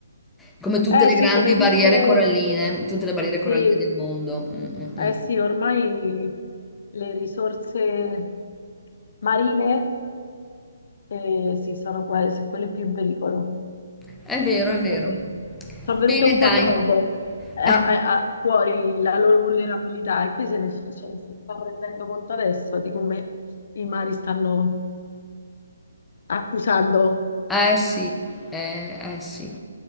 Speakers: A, in the centre; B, on the left.
A: Come tutte
B: eh
A: le
B: sì,
A: grandi
B: come tutte,
A: barriere coralline, tutte le barriere coralline
B: sì,
A: del mondo. Mm, mm,
B: eh
A: mm.
B: sì, ormai le risorse marine eh, sì, sono quasi quelle più in pericolo.
A: È vero, è vero.
B: perché sono
A: Bene,
B: venute un
A: dai.
B: po' dopo eh,
A: Eh,
B: a- a- a- fuori la loro vulnerabilità e qui se ne, ce ne si sta rendendo conto adesso di come i mari stanno accusando.
A: eh sì, eh, eh sì,